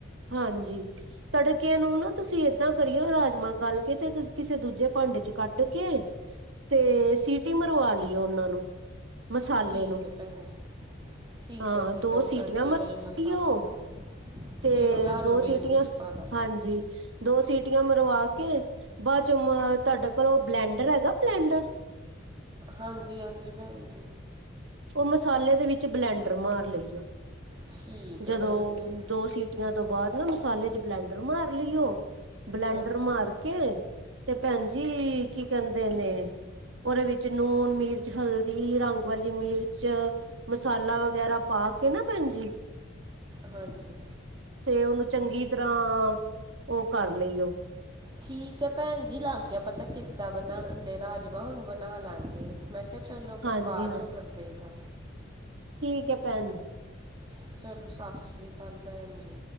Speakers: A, on the right (about 70°); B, on the right (about 20°).
A: ਹਾਂਜੀ। ਤੜਕੇ ਨੂੰ ਨਾ ਤੁਸੀਂ ਏਦਾਂ ਕਰੀਓ ਰਾਜਮਾਂ ਗਲ ਕੇ ਤੇ ਕਿਸੇ ਦੂਜੇ ਭਾਂਡੇ 'ਚ ਕੱਢ ਕੇ ਤੇ ਸੀਟੀ ਮਰਵਾ ਲਈਓ ਉਹਨਾਂ ਨੂੰ ਮਸਾਲੇ
B: ਠੀਕ
A: ਨੂੰ
B: ਹੈ ਭੈਣ ਜੀ ਠੀਕ
A: ਹਾਂ
B: ਹੈ
A: -ਹਾਂ
B: ਠੀਕ
A: ਦੋ
B: ਹੈ ਉਹ
A: ਸੀਟੀਆਂ
B: ਤੜਕੇ
A: ਮ
B: ਵਾਲੇ
A: ਅਅ
B: ਮਸਾਲੇ
A: ਲਿਯੋ।
B: ਨੂੰ
A: ਤੇ
B: ਫਿਰ ਉਹ ਰਾਜਮੇ
A: ਦੋ ਸੀਟੀਆਂ
B: ਨੂੰ ਵਿੱਚ ਪਾ ਦਾਂਗੇ
A: ਹਾਂਜੀ। ਦੋ ਸੀਟੀਆਂ ਮਰਵਾ ਕੇ ਬਾਅਦ ਚੋਂ ਤਆਡੇ ਕੋਲ ਔ ਬਲੈਂਡਰ ਹੈਗਾ ਬਲੈਂਡਰ
B: ਹਾਂਜੀ- ਹਾਂਜੀ ਭੈਣ ਜੀ।
A: ਔ ਮਸਾਲੇ ਦੇ ਵਿੱਚ ਬਲੈਂਡਰ ਮਾਰ ਲਈਔ।
B: ਠੀਕ
A: ਜਦੋਂ
B: ਹੈ ਭੈਣ ਜੀ
A: ਦੋ ਸੀਟੀਆਂ ਤੋਂ ਬਾਅਦ ਨਾ ਮਸਾਲੇ ਚ ਬਲੈਂਡਰ ਮਾਰ ਲਈਔ ਬਲੈਂਡਰ
B: ਹਾਂਜੀ
A: ਮਾਰ ਕੇ ਤੇ ਭੈਣ ਜੀ ਕੀ ਕਹਿੰਦੇ ਨੇ ਔਦੇ ਵਿੱਚ ਨੂਨ, ਮਿਰਚ, ਹਲਦੀ, ਰੰਗ ਵਾਲੀ ਮਿਰਚ ਮਸਾਲਾ ਵਗੈਰਾ ਪਾ ਕੇ ਨਾ ਭੈਣ ਜੀ।
B: ਹਾਂਜੀ।
A: ਤੇ ਔਨੂੰ ਚੰਗੀ ਤਰ੍ਹਾਂ ਔਹ ਕਰ ਲਈਔ
B: ਠੀਕ ਐ ਭੈਣ ਜੀ ਲੱਗ ਗਿਆ ਪਤਾ ਕਿੱਦਾਂ ਬਣਾ ਦੇ ਰਾਜਮਾਂ ਹੁਣ ਬਣਾ ਲਾਂਗੇ ਮੈਂ ਕਿਹਾ ਚਲੋ
A: ਹਾਂਜੀ
B: ਫਿਰ ਬਾਅਚੋ
A: ਹਾਂ
B: ਕਰ ਦੇ ਗਲ
A: ਠੀਕ ਏ ਭੈਣ ਜੀ।
B: ਸਲੋ ਸਾਸਸ੍ਰੀ ਕਾਲ ਭੈਣ ਜੀ।